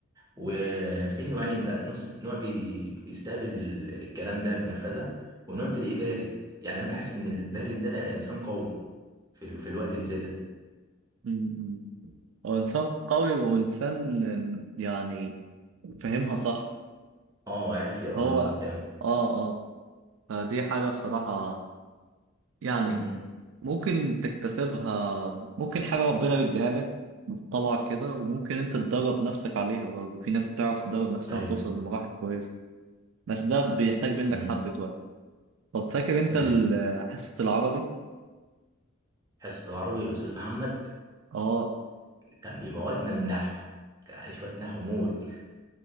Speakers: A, on the right; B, on the right.
A: وفي نوعين بقى نص نوع بي... بيستقبل الكلام ده بنرفزه ونوع تلاقيه بارد يعني انا بحس ان البارد ده انسان قوي في ال... في الوقت اللي زي ده
B: م-م. هو إنسان قوي وإنسان أم، يعني فهمها صح
A: اه عارف يقرا
B: هو
A: اللي قدامه
B: آه آه فدي حاجة بصراحة يعني
A: امم
B: ممكن تكتسبها ممكن حاجة ربنا بيديها لك طبعا كده وممكن أنت تدرب نفسك عليها برضه في ناس بتعرف تدرب نفسها
A: ايوه
B: وتوصل لمراحل كويسة بس ده بيحتاج منك
A: امم
B: حبة وقت طب فاكر أنت
A: ايوه
B: ال- حصة العربي؟
A: حصة العربي الأستاذ محمد
B: آه
A: كان بيموتنا من النحو كان عليه شوية نحو موت